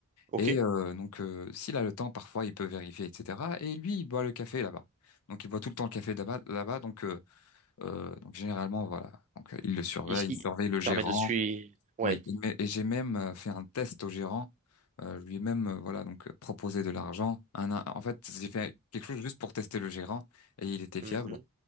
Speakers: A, on the right; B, on the left.
A: ok.
B: Et euh, donc, euh, s'il a le temps, parfois, il peut vérifier, etc. Et lui, il boit le café là-bas. Donc, il boit tout le temps le café là-bas. Là-bas, donc, euh, euh, donc généralement, voilà. Donc, euh, il le surveille,
A: Il,
B: il
A: il
B: surveille le gérant.
A: permet de suivre. Ouais.
B: Oui. Et, mais- et j'ai même euh, fait un test au gérant. Euh, je lui ai même, euh, voilà, donc euh, proposé de l'argent. Un- un- En fait, j'ai fait quelque chose juste pour tester le gérant et il était fiable.
A: Mhm.